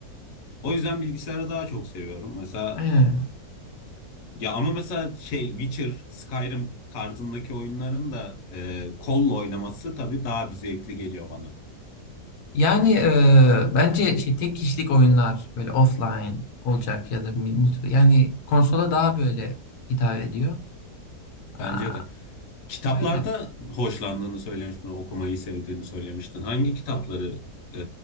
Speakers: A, on the left; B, on the left.
A: O yüzden bilgisayarı daha çok seviyorum. Mesela
B: Aynen.
A: ya ama mesela şey Witcher, Skyrim tarzındaki oyunların da e, kolla oynaması tabii daha bir zevkli geliyor bana.
B: Yani e, bence şey tek kişilik oyunlar böyle offline olacak ya da multi yani konsola daha böyle hitap ediyor.
A: Bence
B: Aa,
A: de. Kitaplarda
B: Öyle.
A: hoşlandığını söylemiştin, okumayı sevdiğini söylemiştin. Hangi kitapları e,